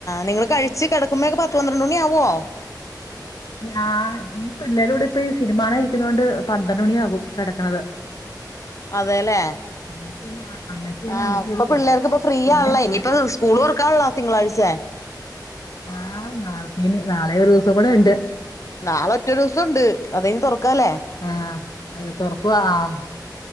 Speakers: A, on the left (about 45°); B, on the left (about 65°).
A: നിങ്ങള് കഴിച്ച് കടക്കുമ്പഴെക്കെ പത്ത് പന്ത്രണ്ട് മണി ആവോ
B: ഞാൻ ഈ പിള്ളേര കൂടെ ഇപ്പൊ ഈ സിനിമാ കാണാൻ ഇരിക്കുന്നത് കൊണ്ട് പന്ത്രണ്ട് മണിയാകും കിടക്കണത്.
A: <inaudible> അതേല്ലേ
B: അമ്മച്ചി വന്ന് അമ്മച്ചി വന്ന്
A: ആ
B: അമ്മച്ചി
A: ഇപ്പൊ
B: കേറി കെടക്കും.
A: പിള്ളേർക്ക്പ്പ ഫ്രീയാണല്ലെ
B: പിന്നെ പിള്ളേര്
A: ഇനിപ്പ സ്കൂളും തുറക്കാണ്ള്ള തിങ്കാഴ്ച്ചെ
B: ആ നാളത്തീല് നാളെ ഒരൂസം കൂടെ ഇണ്ട്.
A: നാളെ ഒറ്റ ദിവസം ഉണ്ട് അത് കഴിഞ്ഞു തുറക്കാലെ.
B: ആഹ് അ തുറക്ക്പാ ആഹ്